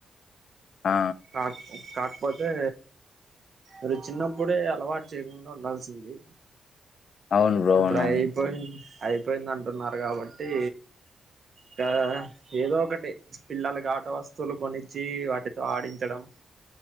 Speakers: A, on the left (about 65°); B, on the right (about 55°).
A: ఆ
B: కార్ ఒక కార్ పోతే అది చిన్నప్పుడే అలవాటు చేయకుండా ఉండాల్సింది.
A: అవును బ్రో
B: ఇప్పుడు
A: అవునవును
B: ఐపోయింది. అయిపోయింది అంటున్నారు కాబట్టి తా ఏదో ఒకటి పిల్లలకి ఆట వస్తువులు కొనిచ్చి వాటితో ఆడించడం.